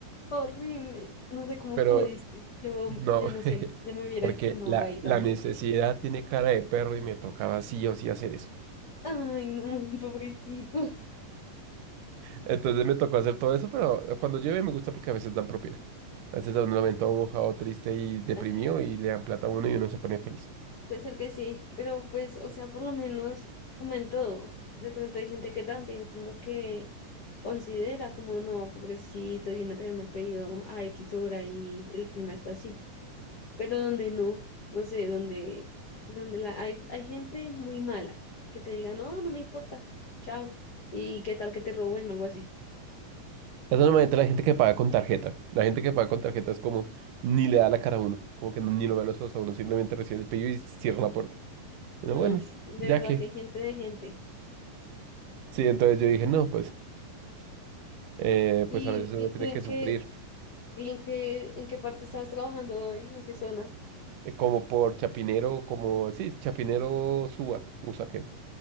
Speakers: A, on the left; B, on the right.
A: Horrible, no sé cómo
B: Pero
A: pudiste. Yo,
B: no,
A: yo no sé,
B: <laughs>
A: yo me hubiera
B: porque
A: desplomado
B: la,
A: ahí también.
B: la necesidad tiene cara de perro y me tocaba sí o sí hacer eso.
A: Ay, no, <laughs> pobrecito.
B: Entonces me tocó hacer todo eso, pero cuando llueve me gusta porque a veces dan propina. A veces da un momento ven mojado, triste y deprimido
A: Ah,
B: y le dan plata a uno y uno se pone feliz.
A: Puede ser que sí, pero pues, o sea, por lo menos, como en todo, de pronto hay gente que también como que considera como, no, pobrecito, viene a traerme el pedido a X hora y el clima está así. pero donde no, no sé, donde, donde la, hay, hay gente muy mala que te diga, no, no me importa, chao, y qué tal que te roben o algo así.
B: Esa es normalmente la gente que paga con tarjeta. La gente que paga con tarjeta es como ni le da la cara a uno, como que no- ni lo ve a los ojos a uno, simplemente recibe el pedido y cierra la puerta. Pero
A: Ay,
B: bueno,
A: s- de
B: ya
A: verdad
B: que.
A: que hay gente de gente.
B: Sí, entonces yo dije, no, pues, eh,
A: ¿Y,
B: pues a veces uno
A: y tú
B: tiene
A: en
B: que
A: qué,
B: sufrir
A: y en qué, en qué parte estabas trabajando hoy? ¿En qué zona?
B: eh, como por Chapinero, como, sí, Chapinero Suba, Usaquén.